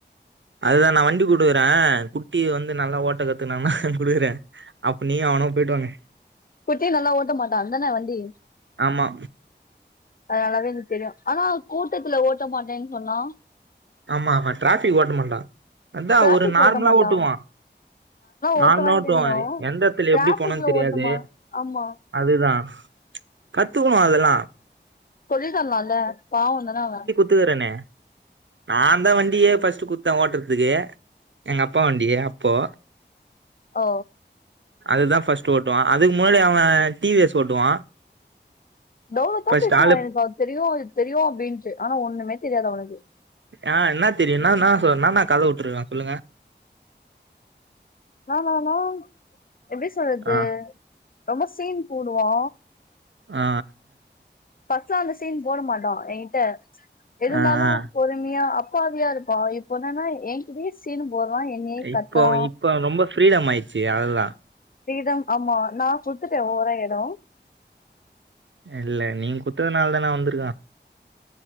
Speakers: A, on the right (about 80°); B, on the left (about 50°).
A: அதுதா நா வண்டி குடுக்குறே குட்டி வந்து நல்லா ஓட்ட கத்துனான குடுக்குறே அப்ப நீயு அவனு போயிட்டு வாங்க
B: குட்டி நல்லா ஓட்ட மாட்டான்தானே வண்டி
A: ஆமா
B: அது நல்லாவே எனக் தெரியு ஆனா கூட்டத்துல ஓட்ட மாட்டேன்னு சொன்னா
A: ஆமா ஆமா டிராஃபிக் ஓட்ட மாட்டா அத்தா
B: டிராபிக்
A: ஒரு நார்மலா
B: ஓட்ட மாட்டான்
A: ஓட்டுவா நார்மலா
B: ஓட்டுவான்னு
A: ஓட்டுவா
B: தெரியு
A: எந்தத்துல
B: டிராபிக்ல
A: எப்டி போனுன் தெரியாது
B: ஓட்டுமா ஆமா
A: அதுதா கத்துக்கணு அதெல்லாம்
B: சொல்லித் தரலால்ல பாவம் தானே அவெ
A: கத்துத்தரனே நான் தா வண்டியே ஃபஸ்ட் குடுத்தே ஓட்றதுக்கு எங்க அப்பா வண்டிய அப்போ
B: ஓ
A: அதுதா ஃபஸ்ட் ஓட்டுவா அதுக்கு முன்னாடி அவெ டி வி எஸ் ஓட்டுவா
B: தவுலதா
A: ஃபர்ஸ்ட்
B: பேசுவா
A: ஆளு
B: எனக்கு அது தெரியு இது தெரியு அப்டின்னுட்டு ஆனா ஒன்னுமே தெரியாது அவனுக்கு
A: ஆ என்ன தெரியு என்னா என்னா சொ நானா கத விட்டுருக்கே சொல்லுங்க
B: ந நானா எப்டி சொல்றது
A: ஆ
B: ரொம்ப சீன் போடுவா
A: ஆ
B: பஸ்ட் அந்த சீன் போட மாட்டா என்கிட்ட எத இருந்தாலும்
A: ஆ ஆ
B: பொரு ம்மியா அப்பாவியா இருப்பா இப்ப என்னன்னா என்கிட்டயே சீனு போடுறா என்னயே
A: இப்போ
B: கத்துறா
A: இப்போ ரொம்ப ஃப்ரீடம் ஆயிச்சு அதுதா
B: ஃப்ரீடம் ஆமா நா குடுத்துட்டே ஓவரா எடொ
A: இல்ல நீங் குத்ததுனால் தானே வந்திருக்கா